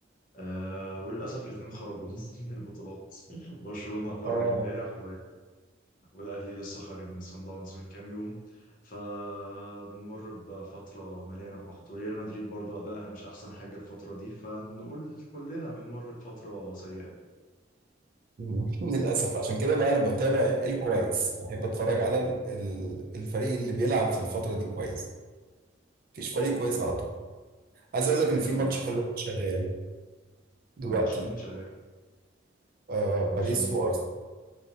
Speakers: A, on the left (about 45°); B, on the right (about 50°).
A: أه وللأسف الاتنين خرجوا <laughs> من البطولات برشلونة خرج
B: اه
A: امبارح والأهلي لسه خارج من صن داونز من كام يوم فبنمر بفترة مليانة قحط وريال مدريد برضو أدائها مش أحسن حاجة الفترة دي فنقول كلنا بنمر بفترة سيئة
B: <laughs> للأسف عشان كده بقى أنا بتابع الكويس بحب أتفرج على ال- ال- الفريق اللي بيلعب في الفترة دي كويس مفيش
A: اه
B: فريق كويس
A: اه
B: على طول عايز أقول لك إن
A: أيوة
B: في ماتش
A: معاك
B: حلو
A: حق
B: شغال دلوقتي
A: ماتش مين شغال
B: آه باريس
A: ماتش مين
B: وأرسنال